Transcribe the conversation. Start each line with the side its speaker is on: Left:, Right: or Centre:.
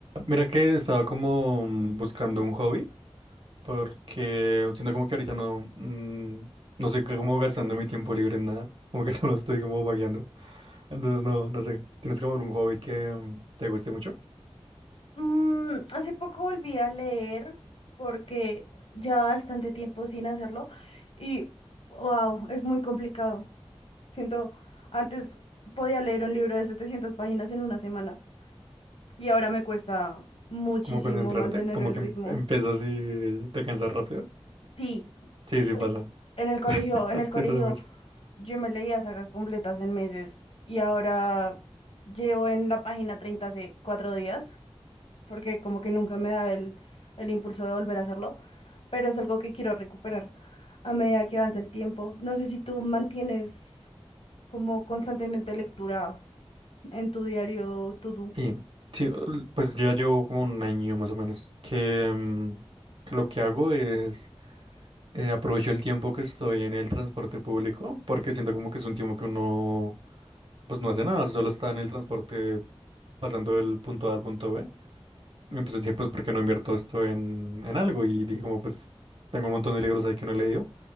Right: Mira que estaba como mm, buscando un hobby, porque siento como que ahorita no, mm, no sé cómo gastando mi tiempo libre en nada, como que <laughs> solo estoy como vagueando. Entonces no, no sé, ¿tienes como algún hobby que mm, te guste mucho?
Left: Mm, hace poco volví a leer porque ya bastante tiempo sin hacerlo y wow, es muy complicado. Siento, antes podía leer un libro de 700 páginas en una semana y ahora me cuesta muchísimo
Right: ¿Como concentrarte?
Left: mantener
Right: ¿Como
Left: el
Right: que
Left: ritmo.
Right: em- empiezas y te cansas rápido?
Left: Sí,
Right: Sí, sí
Left: porque
Right: pasa.
Left: en el colegio,
Right: <laughs>
Left: en el colegio
Right: Sí pasa mucho.
Left: yo me leía sagas completas en meses y ahora llevo en la página 30 hace cuatro días. porque como que nunca me da el, el impulso de volver a hacerlo, pero es algo que quiero recuperar a medida que avanza el tiempo. No sé si tú mantienes como constantemente lectura en tu diario to-do.
Right: Sí, sí, l- pues ya llevo como un año más o menos, que, mm, que lo que hago es eh, aprovecho el tiempo que estoy en el transporte público porque siento como que es un tiempo que uno pues no hace nada, solo está en el transporte pasando del punto A al punto B. Entonces dije, pues, ¿por qué no invierto esto en, en algo? Y dije como, pues, tengo un montón de libros ahí que no he leído.